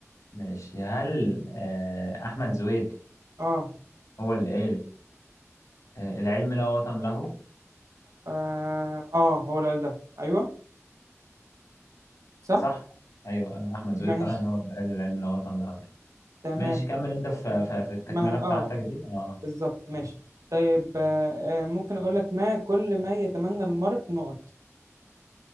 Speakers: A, on the left; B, on the right.
A: ماشي هل آه، أحمد زويل
B: اه
A: هو اللي قال آه، العلم لا وطن له
B: اه, آه. هو اللي قال ده ايوه صح
A: صح؟ أيوه آه، أحمد زويل
B: ماشي
A: فعلا هو اللي قال العلم لا وطن له يعني.
B: تمام
A: ماشي كمل انت في
B: م-
A: في في التكملة
B: ما انا ه-
A: بتاعتك
B: اه
A: دي اه
B: بالظبط ماشي طيب آه آه، ممكن اقول لك ما كل ما يتمنى المرء نقط